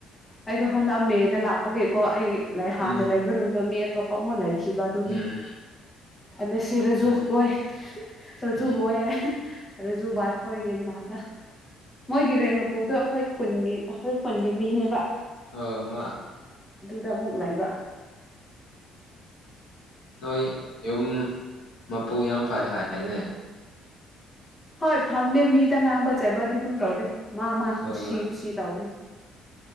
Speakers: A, on the left; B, on the left.
A: ꯑꯩꯗꯣ ꯍꯟꯗꯛ ꯃꯦꯗ ꯂꯥꯛꯄꯒꯤꯀꯣ ꯑꯩ ꯂꯩ ꯍꯥꯟꯅ
B: ꯎꯝ
A: ꯂꯩꯕ ꯔꯨꯝꯗꯣ ꯃꯤ ꯑꯇꯣꯞꯄ ꯑꯃꯨꯛ ꯂꯩꯈꯤꯕ ꯑꯗꯨꯒꯤ
B: ꯎꯝ
A: ꯑ ꯁꯤ ꯔꯖꯨ
B: ꯎꯝ
A: ꯣꯣꯏ ꯔꯖꯨꯕꯣꯣꯏ
B: ꯎꯝ
A: ꯌꯥ ꯔꯖꯨ ꯏ ꯈꯣꯏ <unintelligible> ꯃꯣꯏꯒꯤ ꯔꯦꯟꯠ ꯃꯄꯨꯗꯣ ꯑꯩꯈꯣꯏ ꯈꯨꯟꯒꯤ ꯑꯩꯈꯣꯏ ꯈꯨꯟꯒꯤ ꯃꯤꯅꯦꯕ
B: ꯑꯧ ꯃꯥ
A: ꯗ ꯑꯃꯨꯛ ꯂꯩꯕ
B: ꯅꯣꯏ ꯌꯨꯝ ꯃꯄꯨ ꯌꯥꯝ ꯐꯩꯌꯦ ꯍꯥꯏꯌꯦꯅꯦ
A: ꯍꯣꯏ ꯐꯥꯕꯅꯦ ꯃꯤꯗꯥ ꯉꯥꯡꯕ ꯆꯩꯕꯗꯤ ꯑꯗꯨꯝ ꯇꯧꯗꯦ ꯃꯥ ꯃꯥ ꯀꯨꯁꯤ
B: ꯎꯝ
A: ꯀꯨꯁꯤ ꯇꯧꯕꯅꯦ